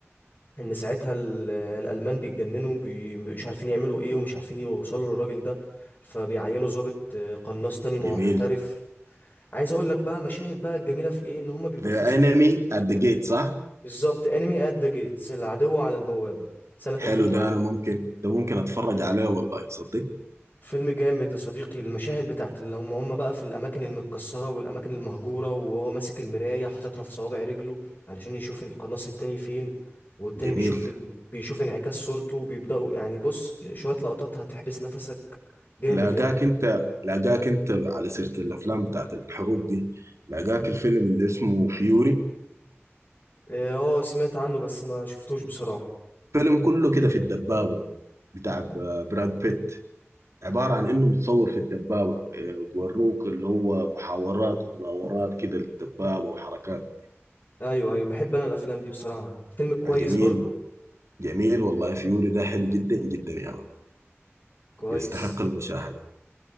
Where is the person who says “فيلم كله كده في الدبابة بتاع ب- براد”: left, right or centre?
Right